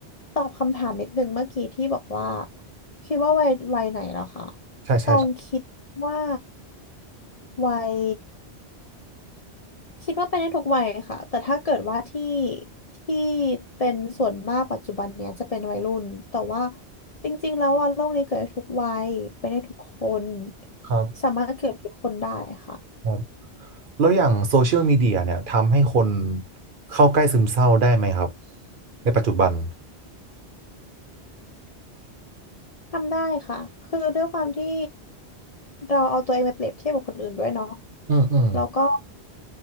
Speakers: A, on the left; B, on the right.
A: ตอบคำถามนิดนึงเมื่อกี้ที่บอกว่าคิดว่าวัยวัยไหนเหรอคะ
B: ใช่ใช่ครั
A: ตองคิดว่าวัย คิดว่าไปได้ทุกวัยค่ะแต่ถ้าเกิดว่าที่ที่เป็นส่วนมากปัจจุบันเนี้ยจะเป็นวัยรุ่นแต่ว่าจริงๆแล้วว่าโลกนี้เกิดได้ทุกวัยเป็นได้ทุกคน
B: บ
A: สามารถเกิดทุกบคนได้ค่ะ
B: ครับแล้วอย่างโซเชียลมีเดียเนี่ยทำให้คนเข้าใกล้ซึมเศร้าได้ไหมครับในปัจจุบัน
A: ทำได้ค่ะคือด้วยความที่เราเอาตัวเองไปเปรียบเทียบกับคนอื่นด้วยเนาะ
B: อืมอืม
A: แล้วก็